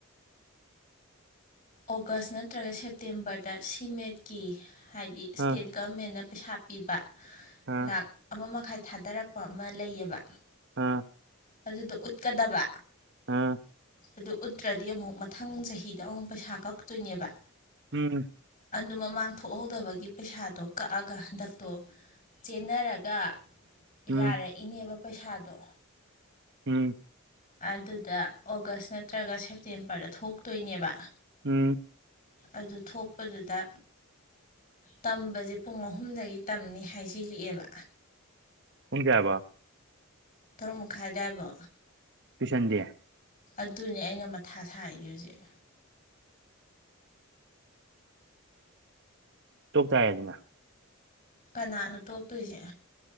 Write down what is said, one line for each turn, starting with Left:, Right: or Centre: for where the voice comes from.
Left: ꯑꯣꯒꯁ ꯅꯠꯇ꯭ꯔꯒ ꯁꯦꯞꯇꯦꯝꯕꯔꯗ ꯁꯤꯃꯦꯠꯀꯤ ꯍꯥꯏꯗꯤ ꯏꯁꯇꯦꯠ
Right: ꯑꯥ
Left: ꯒꯃꯦꯟꯅ ꯄꯩꯁꯥ ꯄꯤꯕ
Right: ꯑꯥ
Left: ꯂꯥꯛ ꯑꯃ ꯃꯈꯥꯏ ꯊꯥꯗꯔꯛꯄ ꯑꯃ ꯂꯩꯌꯦꯕ
Right: ꯑꯥ
Left: ꯑꯗꯨꯗꯣ ꯎꯠꯀꯗꯕ
Right: ꯑꯥ
Left: ꯑꯗꯨ ꯎꯠꯇ꯭ꯔꯗꯤ ꯑꯃꯨꯛ ꯃꯊꯪ ꯆꯍꯤꯗ ꯑꯃꯨꯛ ꯄꯩꯁꯥ ꯀꯛꯇꯣꯏꯅꯦꯕ
Right: ꯎꯝ
Left: ꯑꯗꯨ ꯃꯃꯥꯡ ꯊꯣꯛꯍꯧꯗꯕꯒꯤ ꯄꯩꯁꯥꯗꯣ ꯀꯛꯑꯒ ꯍꯟꯗꯛꯇꯣ ꯆꯦꯟꯅꯔꯒ
Right: ꯎꯝ
Left: ꯌꯥꯔꯛꯏꯅꯦꯕ ꯄꯩꯁꯥꯗꯣ
Right: ꯎꯝ
Left: ꯑꯗꯨꯗ ꯑꯣꯒꯁ ꯅꯠꯇ꯭ꯔꯒ ꯁꯦꯞꯇꯦꯝꯕꯔꯗ ꯊꯣꯛꯇꯣꯏꯅꯦꯕ
Right: ꯎꯝ
Left: ꯑꯗꯨ ꯊꯣꯛꯄꯗꯨꯗ ꯇꯝꯕꯁꯦ ꯄꯨꯡ ꯑꯍꯨꯝꯗꯒꯤ ꯇꯝꯅꯤ ꯍꯥꯏꯁꯤꯂꯛꯑꯦꯕ
Right: ꯄꯨꯡ ꯀꯌꯥ ꯍꯥꯏꯕꯥ
Left: ꯇꯔꯨꯛ ꯃꯈꯥꯏꯗꯥꯏꯕꯣ
Right: <unintelligible>
Left: ꯑꯗꯨꯅꯦ ꯑꯩꯅ ꯃꯊꯥ ꯁꯥꯏꯁꯦ ꯍꯧꯖꯤꯛ
Right: ꯇꯣꯛ ꯇꯥꯔꯦꯗꯅꯥ
Left: ꯀꯅꯥꯅꯣ ꯇꯣꯛꯇꯣꯏꯁꯦ